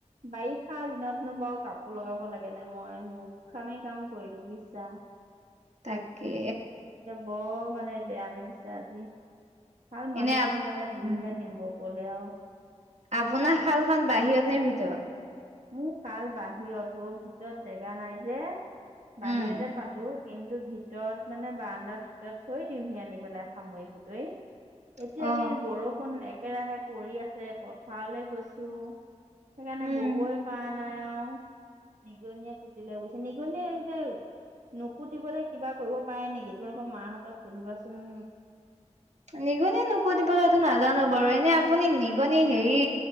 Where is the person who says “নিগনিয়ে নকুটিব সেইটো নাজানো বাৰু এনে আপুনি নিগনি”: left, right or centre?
Right